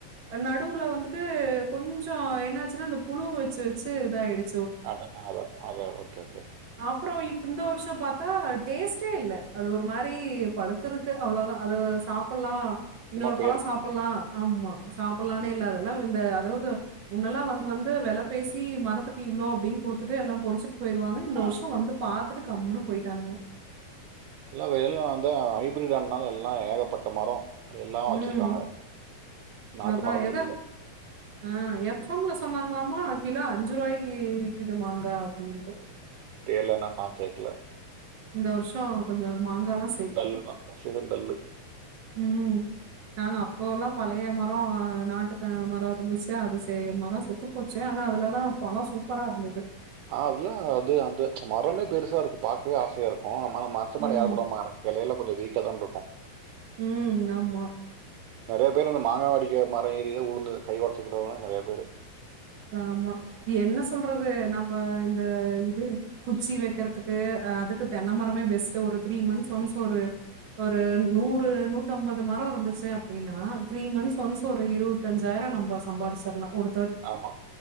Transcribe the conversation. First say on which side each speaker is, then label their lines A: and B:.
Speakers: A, on the right; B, on the right.
A: அ நடுவுல வந்துட்டு கொஞ்ச என்னாச்சுனா அந்த புழு வெச்சு வெச்சு இதாய்டுச்
B: அதனால அதா ஓகே ஓகே ஓகே
A: அப்றோ இப் இந்த வர்ஷ பாத்தா டேஸ்ட்டே இல்ல அது ஒரு மாரி பழுத் த்தருக்கு அவ்ளோதா அது சாப்பிட்லா இன்னொரு
B: சும்மா பேருக்கு.
A: பழ சாப்பிட்லா ஆமா சாப்பிட்லானு
B: ம்.
A: இல்லாதெல்லா இந்த அதாவ்து முன்னெல்லா வந்து வந்து வெல பேசி மரத்துக்கு இவ்ளோ அப்டின் குடுத்துட்டு எல்லா பொறிச்சிட்டு போயிருவாங்க இந்த
B: ஆ.
A: வர்ஷ வந்து பாத்துட்டு கம்முன்னு போயிட்டானுங்க
B: இல்ல இப்ப எல்லா வந்து ஹைபிரிட் ஆனனால எல்லா ஏகப்பட்ட மர எல்லா வச்சுருக்காங்க
A: ம்.
B: நாட்டு
A: அதான்
B: மரமே
A: எத
B: இல்ல
A: ஆ எஃப் எம் ல சொன்னாங்களாமா கிலோ அஞ்சு ரூவாய்க்கு விக்கிது மாங்கா அப்டின்ட்டு
B: தேல என்னன் நா கேக்கல
A: இந்த வர்ஷ கொஞ்ச மாங்காலா
B: டல்லு தா சீசன் டல்லு
A: ம் நாங்க அப்போவ்லா பழைய மர அ நாட்டுக்கு மர இருந்துச்சா அது செ மர செத்துப் போச்சு ஆனா அதுலலா பழ சூப்பரா இருந்தது
B: ஆ அதுலா அது அந்த மரமே பெருசா இருக்கு பாக்கவே ஆசையா இருக் கு மர மரத்து மேல
A: ம்,
B: ஏறக் கூடாதுன்பாங்க ஆனா கெளைலா கொஞ்ச வீக்கா தான் இருக்கு
A: ம் ஆமா
B: நெறையா பேரூ இந்த மாங்காவ அடிக்க மர ஏறிலா உளுந்து கை ஒடைச்சிக்கிட்டவ்ங்களா நெறையா பேரு
A: ஆமா என்ன சொல்றது நம்ம இந்த இது குச்சி வெக்கறத்துக்கு அதுக்கு தென்ன மரமே பெஸ்ட்டு ஒரு த்ரீ மந்த்ஸ் ஒன்ஸ் ஒரு ஒரு நூறு நூத்தம்பது மர இருந்துச்சு அப் ப்டினா த்ரீ மந்த்ஸ்
B: ம்.
A: ஒன்ஸ் ஒரு இருவத்தஞ்சாயிர நம்ப சம்பாரிச்சிற்லா ஒரு
B: ஆமா